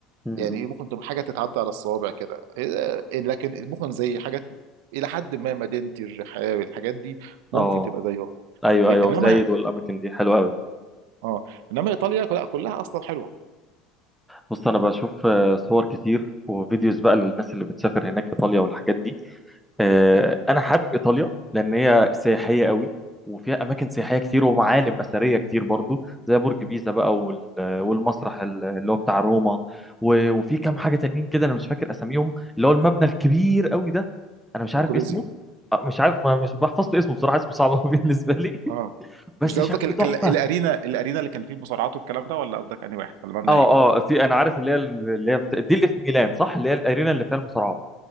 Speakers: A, in the centre; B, on the right.
A: مم.
B: يعني ايه ممكن تبقى حاجه تتعدى على الصوابع كده إيه- لكن ممكن زي حاجات الى حد ما مدينتي الرحاب الحاجات دي ممكن
A: اه
B: تبقى زيهم
A: ايوه
B: إيه،
A: ايوه
B: انما
A: وزايد والاماكن دي حلوه قوي
B: اه انما ايطاليا لا كلها اصلا حلوه
A: بص انا بشوف آه، صور كتير وفيديوز بقى للناس اللي بتسافر هناك ايطاليا والحاجات دي آه، انا حابب ايطاليا لان هي سياحيه قوي وفيها اماكن سياحيه كتير ومعالم اثريه كتير برضو زي برج بيزا بقى وال- والمسرح ال- اللي هو بتاع روما و- وفي كام حاجه تانيين كده انا مش فاكر اساميهم اللي هو المبنى الكبير قوي ده انا مش
B: الكوليزيوم
A: عارف اسمه آه، مش عارف ما- مش بحفظت اسمه بصراحه اسمه صعب قوي <laughs> بالنسبه لي
B: اه
A: بس
B: مش ده
A: شكله
B: قصدك ال-
A: تحفه
B: كان الارينا الارينا اللي كان فيه المصارعات والكلام ده ولا قصدك انهي واحد ولا مبنى
A: اه
B: ايه؟
A: اه في انا عارف اللي هي اللي هي بت- دي اللي في ميلان صح اللي هي الارينا اللي فيها المصارعه